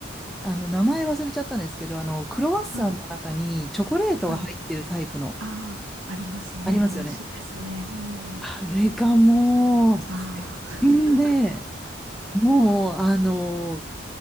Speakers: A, in the centre; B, on the right.
A: あの、名前忘れちゃったんですけど、あの、クロワッサンの中にチョコレートが入ってるタイプの、
B: はい。はい。ああ、ありますね。
A: ありますよね。
B: 美味しいですね。うん。
A: あれがもう、絶
B: あ
A: 品で、もう、あの